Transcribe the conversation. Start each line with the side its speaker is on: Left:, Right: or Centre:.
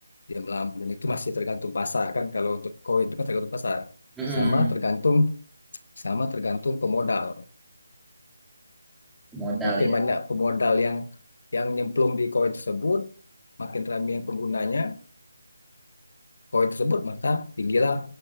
Left: dia melambung itu masih tergantung pasar kan kalau untuk koin itu kan tergantung pasar.
Centre: Mm-mm,
Left: Sama tergantung sama tergantung pemodal.
Centre: modal
Left: Makin
Centre: ya.
Left: banyak pemodal yang yang nyemplung di koin tersebut, makin ramai yang penggunanya koin tersebut, maka tinggilah